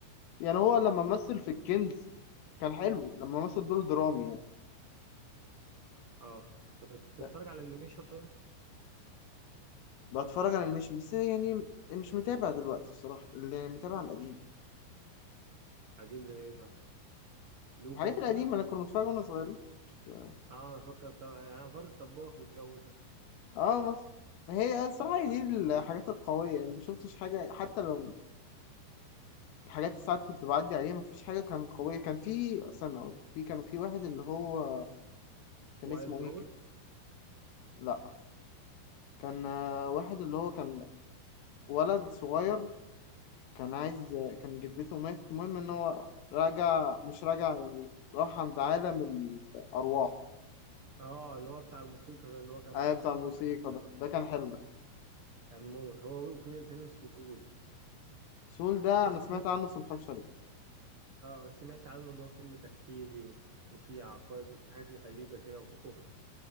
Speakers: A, on the left; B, on the right.
A: يعني هو لما مثل في الكنز كان حلو لما مثل دور درامي يعني
B: اه بتتفرج
A: كان-
B: على الانيميشن طيب
A: بتفرج على الميشن بس يعني مش متابع دلوقتي الصراحة اللي يعني متابع القديم
B: قديم زي ايه طيب لوكا
A: الحاجات
B: وكده
A: القديمة اللي كنا بنتفرج واحنا صغيرين مش-
B: اه انا فاكر طب... انا فار الطباخ والجو ده
A: اه مثلا هي الصراحة
B: <laughs>
A: هي دي الحاجات القوية يعني ما شفتش حاجة حتى لو الحاجات اللي ساعات كنت بعدي عليها ما فيش حاجة كانت قوية كان في استنى أقول في كان في واحد اللي هو كان
B: وايلد
A: اسمه
B: روبوت
A: ايه ك- لا كان آه، واحد اللي هو كان ولد صغير كان عايز كان جدته ماتت المهم ان هو راجع مش راجع يعني راح عند عالم الارواح
B: اه اللي هو بتاع الموسيقى ده اللي هو كان
A: اي
B: معاه جيتار
A: بتاع الموسيقى
B: وبيحب يلعبها
A: ده ده كان حلو ده
B: كان موت هو وفي فيلم اسمه سول
A: سول ده
B: بس تحسه
A: انا سمعت
B: فيلم
A: عنه بس ما اتفرجتش عليه
B: اه سمعت عنه ان هو فيلم تكفيري و... وفيه عقائد وفيه حاجات غريبة كده وفيه كفر